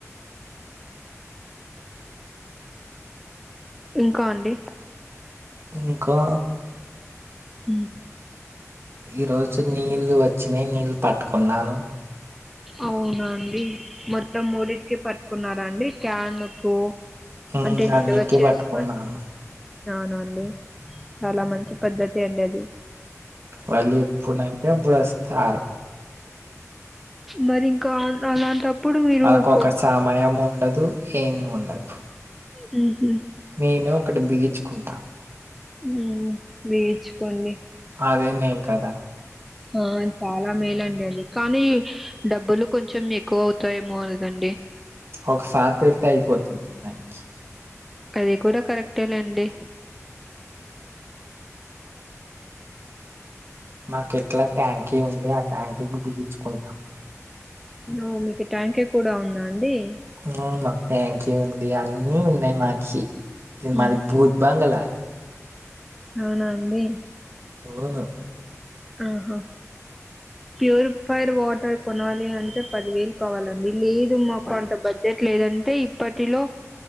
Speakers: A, in the centre; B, on the right.
A: ఇంకా అండి
B: ఇంకా
A: హుమ్
B: ఈ రోజు నీళ్ళు వచ్చినయి నీళ్లు పట్టుకున్నాను
A: అవునా అండి మొత్తం మూడింటికి పట్టుకున్నారాండి క్యాన్ కు
B: మ్మ్
A: అంటే నిలువ
B: అన్నిటికీ
A: చేసుకోని
B: పట్టుకున్నాను
A: అవునా అండి చాలా మంచి పద్ధతి అండి అది
B: వాళ్ళు ఎప్పుడంటే అప్పుడు వస్తారు
A: మరి ఇంకా అలాంటప్పుడు మీరు
B: ఆళ్ళకొక
A: కొద్ది
B: సమయం ఉండదు ఏమి ఉండదు
A: హుమ్ హు
B: నేను ఒకటి బిగిచ్చుకుంటా
A: హుమ్ బిగిచ్చు కోండి
B: అదే మేలు కదా
A: ఆ చాలా మేలండి అది కానీ డబ్బులు కొంచెం ఎక్కువ అవుతాయేమో కదండి
B: ఒకసారి పెడితే అయిపోతుంది దానికి
A: అది కూడా కరెక్టే లేండి
B: మాకెట్లా ట్యాంకీ ఉంది ఆ ట్యాంకీకి బిగొచ్చుకుంటాం
A: ఓ మీకు ట్యాంకి కూడా ఉంద అండి
B: హు మాకు ట్యాంకి ఉంది అన్నీ ఉన్నాయి మాకి ఇది
A: మ్మ్.
B: మాది భూత్ బంగలా
A: అవునా అండి
B: ఉవను
A: ఆహా ప్యూరిఫైడ్ వాటర్ కొనాలి అంటే పదివేలు కావాలండి లేదు మాకు అంత బడ్జెట్ లేదం అయితే ఇప్పటిలో